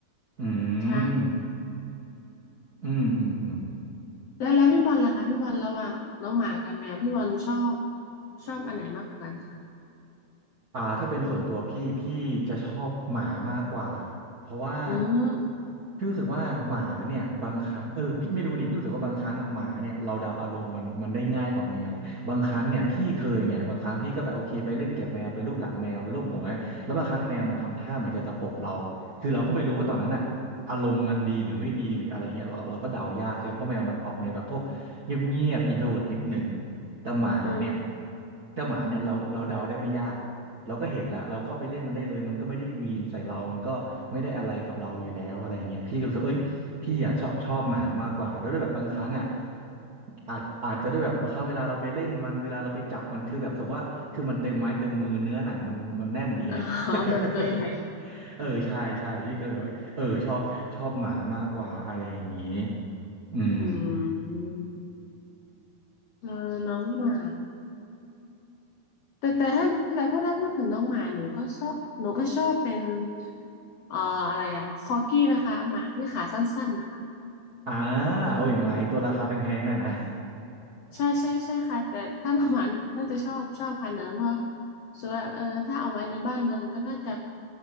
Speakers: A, on the right (about 50°); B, on the left (about 85°).
A: อื
B: ใช่
A: มอืมอืมอืม
B: แล้วแล้วพี่บอลล่ะคะพี่บอลระหว่างน้องหมากับแมวพี่บอลชอบชอบอันไหนมากกว่ากันคะ
A: อ่าถ้าเป็นส่วนตัวพี่พี่จะชอบหมามากกว่าเพราะว่า
B: อืม
A: พี่รู้สึกว่าหมาเนี่ยบางครั้งเออพี่ไม่รู้ดิพี่รู้สึกว่าบางครั้งอะหมาเนี่ยเราเดาอารมณ์มันมันได้ง่ายกว่าแมวบางครั้งเนี่ยพี่เคยไงบางครั้งพี่ก็แบบโอเคไปเล่นเก็บแมวไปรูปหลังแมวไปรูปหัวแล้วบางครั้งแมวมันทำท่าเหมือนจะตะปบเราคือเราก็ไม่รู้ว่าตอนนั้นอะอารมณ์มันดีหรือไม่ดีหรืออะไรเงี้ยเราเราก็เดายากใช่ไหมเพราะแมวมันออกแนวแบบพวกเงียบเงียบอินโทรดนิดนึง
B: อืม
A: แต่หมาเนี่ย
B: อืม
A: แต่หมาเนี่ยเราเราเดาได้ไม่ยาก เราก็เห็นแล้วเราเข้าไปเล่นมันได้เลยมันก็ไม่ได้วีนใส่เรามันก็ไม่ได้อะไรกับเราอยู่แล้วอะไรอย่างเงี้ยพี่ก็รู้สึกเอ้ยพี่อ่ะชอบชอบหมามากกว่าแล้วด้วยแบบบางครั้งอ่ะอาจอาจจะด้วยแบบบางครั้งเวลาเราไปเล่นมันเวลาเราไปจับมันคือแบบสมมติว่าคือมันเต็มไม้เต็มมือเนื้อหนังมันมันแน่นดีอ่ะ
B: อ๋อแบบตัวใหญ่
A: <laughs> เออใช่ใช่พี่ก็เลยแบบว่าเออชอบชอบหมามากกว่าอะไรอย่างงี้อืม
B: อืมเออน้องหมา แต่แต่ถ้าแต่พูดถ้าพูดถึงน้องหมาหนูก็ชอบหนูก็ชอบเป็นเอ่ออะไรอะคอกี้นะคะหมาที่ขาสั้นๆนะคะ
A: อ่าโอ้ยไม้ตัวราคาแพงๆน่ะนะ
B: ใช่ใช่ใช่ค่ะแต่ถ้าน้องหมาน่าจะชอบชอบพันธุ์นั้นเพราะส่วนเออถ้าเอาไว้ในบ้านมันก็น่าจะ